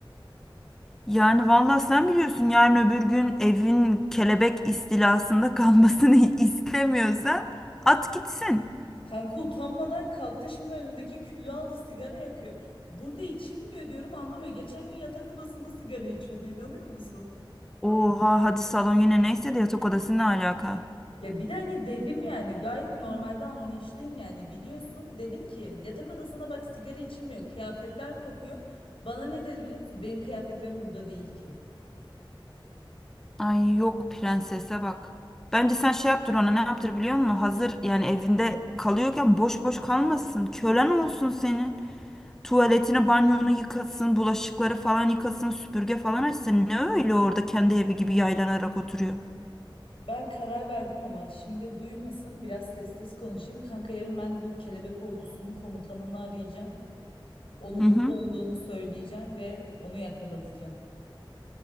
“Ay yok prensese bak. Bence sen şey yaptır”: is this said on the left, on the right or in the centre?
Centre